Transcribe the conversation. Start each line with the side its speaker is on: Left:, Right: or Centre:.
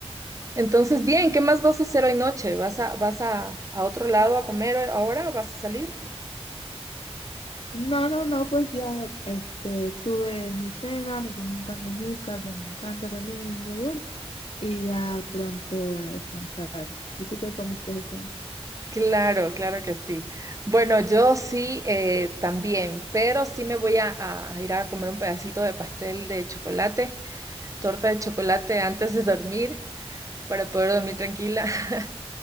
Right: Entonces, bien, ¿qué más vas a hacer hoy noche? ¿Vas a, vas a, a otro lado a comer hoy- ahora? ¿Vas a salir?
Left: No, no, no, pues ya este, tuve mi cena, me comí un pan de yuca que me encanta también, el yogur, y ya pronto a descansar. ¿Y tú qué comiste de cena?
Right: Claro, claro que sí. Bueno, yo sí eh, también, pero sí me voy a, a ir a comer un pedacito de pastel de chocolate, torta de chocolate antes de dormir, para poder dormir tranquila. <laughs>